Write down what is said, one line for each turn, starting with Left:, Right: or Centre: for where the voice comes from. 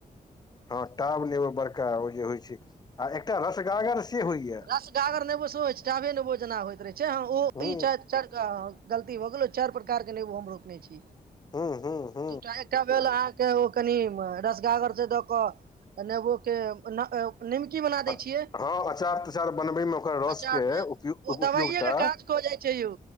Left: हँ टाभ नेबो बड़का ओ जे होइ छै आ एकटा रसगागर से होइया
Right: रसगागर नेबो सेहो होइ छै टाभे नेबो जेना होइत रहै छै हँ ओ
Left: हूँ
Right: ई छथि चार गलती भऽ गेलो चारि प्रकार के नेबो हम रोपने छी
Left: हू हू ह
Right: दूटा एकटा भेल अहाँके ओ कनि रसगागर जे दऽ कऽ नेबो के <unintelligible> निमकी बना
Left: अच
Right: दै छियै
Left: हँ अचार तचार बनबैमे ओकर रसके
Right: अचार मे
Left: उपय
Right: ओ दवाइए
Left: उपयोगिता
Right: के काज कऽ जाइ छै यौ